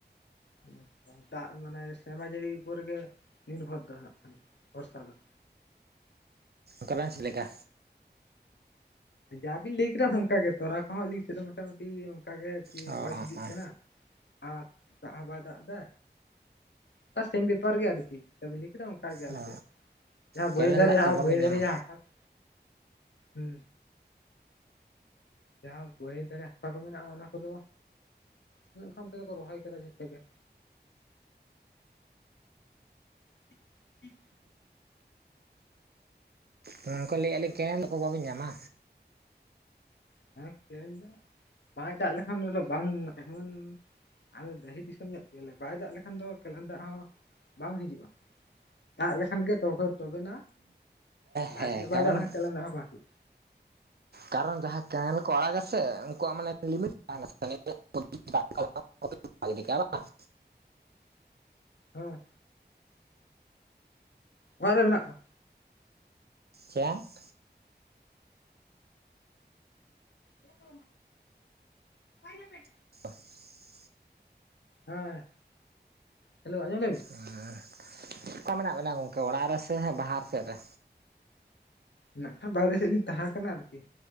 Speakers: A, on the left (about 85°); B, on the right (about 65°).
A: ᱟ ᱱᱚᱠᱟ ᱫᱟᱜ ᱢᱟᱱᱮ ᱥᱮᱨᱢᱟ ᱡᱟᱹᱲᱤ ᱵᱷᱳᱨ ᱜᱮ ᱱᱤᱨᱵᱷᱚᱨ ᱫᱚ ᱦᱟᱜ ᱠᱷᱟᱱ ᱵᱷᱚᱨᱥᱟ ᱦᱟᱸᱜ᱾
B: ᱠᱟᱱᱟᱭ ᱪᱮ ᱞᱮᱠᱟᱼᱼ
A: ᱡᱟ ᱵᱤᱱ ᱞᱟᱹᱭ ᱠᱮᱫᱟ ᱚᱱᱠᱟ ᱜᱮ ᱛᱚᱞᱟ ᱠᱚᱦᱚᱸ ᱟᱹᱞᱤᱧ ᱥᱮᱜ ᱫᱚ ᱢᱚᱴᱟᱼᱢᱩᱴᱤᱼᱼ ᱚᱱᱠᱟ ᱜᱮ ᱟᱨ ᱠᱤ
B: ᱚ
A: ᱵᱚᱭᱮᱥ
B: ᱚ
A: ᱦᱤᱡᱩᱜ
B: ᱚ
A: ᱠᱟᱱᱟ ᱟᱨ ᱫᱟᱜ ᱦᱚᱸ ᱵᱟᱭ ᱫᱟᱜ ᱮᱫᱟ᱾ ᱚᱱᱠᱟ ᱥᱮᱢ ᱵᱮᱯᱟᱨ ᱜᱮ ᱟᱨᱠᱤ ᱡᱟᱦᱟᱸ ‌ᱵᱤᱱ ᱞᱟᱹᱭ ᱠᱮᱫᱟ ᱚᱱᱠᱟ‌ ᱜᱮ ᱟᱞᱮ
B: ᱚ
A: ᱥᱮᱜ᱾ ᱡᱟᱦᱟᱸ
B: ᱠᱮᱱᱮᱞ
A: ᱵᱟᱹᱭᱦᱟᱹᱲ ᱫᱷᱟᱨᱮ
B: ᱫᱟᱜ
A: ᱡᱟᱦᱟᱸ
B: ᱠᱚ ᱵᱟᱵᱮᱱ
A: ᱵᱟᱹᱭᱦᱟᱹᱲ
B: ᱧᱟᱢᱟ
A: ᱫᱷᱟᱨᱮ ᱭᱟᱜ ᱦᱟᱥᱟ ᱠᱚ, ᱦᱩᱸ᱾ ᱡᱟᱦᱟᱸ ᱵᱟᱹᱭᱦᱟᱹᱲ ᱫᱷᱟᱨᱮ ᱦᱟᱥᱟ ᱠᱚ ᱢᱮᱱᱟᱜ-ᱟ ᱚᱱᱟ ᱠᱚᱫᱚ ᱩᱸᱻᱱᱮᱜ ᱠᱷᱟᱱ ᱛᱮᱫᱚ ᱠᱚ ᱨᱚᱦᱚᱭ ᱟᱠᱟᱫᱟ ᱡᱮᱛᱮ ᱜᱮ᱾ ᱴᱷᱤᱠ ᱴᱷᱤᱠ᱾
B: ᱜᱚᱝᱠᱮ ᱞᱟᱹᱭᱮᱜ ᱟᱹᱞᱤᱧ ᱠᱮᱱᱮᱞ ᱫᱟᱜ ᱠᱚ ᱵᱟᱵᱤᱱ ᱧᱟᱢᱟ?
A: ᱦᱮᱸ ᱠᱮᱱᱮᱞ ᱫᱟᱜ ᱵᱟᱭ ᱫᱟᱜ ᱞᱮᱠᱷᱟᱱ ᱫᱚ ᱟᱫᱚ ᱵᱟᱝ ᱮᱢᱚᱱᱼᱼ ᱟᱞᱮ ᱫᱚ ᱰᱟᱹᱦᱤ ᱫᱤᱥᱚᱢ ᱧᱚᱜ ᱜᱮᱭᱟ ᱞᱮ ᱵᱟᱭ ᱫᱟᱜ ᱞᱮᱠᱷᱟᱱ ᱫᱚ ᱠᱮᱱᱮᱞ ᱫᱟᱜ ᱦᱚᱸ ᱵᱟᱝ ᱦᱤᱡᱩᱜ-ᱟ᱾ ᱫᱟᱜ ᱞᱮᱠᱷᱟᱱ ᱜᱮ ᱛᱚ ‌ᱦᱚᱭ ᱛᱚᱵᱮᱱᱟ ᱵᱷᱟᱜᱤ
B: ᱦᱮᱸ
A: ᱧᱚᱜ
B: ᱠᱟᱨᱚᱱ
A: ᱵᱟᱭ ᱫᱟᱜ ᱞᱮᱠᱷᱟᱱ ᱠᱮᱱᱮᱞ ᱫᱟᱜ ᱦᱚᱸ ᱵᱟᱝ ᱦᱤᱡᱩᱜᱼᱟ
B: ᱠᱟᱨᱚᱱ ᱡᱟᱦᱟᱸ ᱠᱮᱱᱮᱞ ᱠᱚ ᱟᱲᱟᱜᱟ ᱥᱮ ᱩᱱᱠᱩᱣᱟᱜ ᱢᱟᱱᱮ ᱞᱤᱢᱤᱴ ᱛᱟᱦᱮᱱᱟ <unintelligible> ᱜᱤᱰᱤ ᱠᱟᱜ-ᱟ ᱵᱟᱝ᱾
A: ᱦᱮᱸ᱾ ᱚᱲᱟᱜ ᱨᱮ ᱢᱮᱱᱟᱜ ᱠᱚᱣᱟ᱾
B: ᱪᱮᱫ?
A: ᱮ ᱜᱳ ᱚᱠᱟᱭ ᱮᱱᱟᱯᱮ?
B: <unintelligible>
A: ᱦᱮᱸ ᱦᱮᱞᱳ ᱟᱸᱡᱚᱢ ᱫᱟᱵᱤ
B: ᱟᱸ ᱚᱠᱟ ᱢᱮᱱᱟᱜ ᱵᱮᱱᱟ ᱜᱚᱝᱠᱮ ᱚᱲᱟᱜ ᱨᱮᱥᱮ ‌ᱦᱟᱸᱜ ᱵᱟᱦᱟᱨ ᱥᱮᱜ ᱨᱮ?
A: ᱮᱱᱟᱜ ᱠᱷᱟᱡ ᱵᱟᱦᱨᱮ ᱥᱮᱜ ᱞᱤᱧ ᱛᱟᱦᱮᱸ ᱠᱟᱱᱟ ᱟᱨᱠᱤ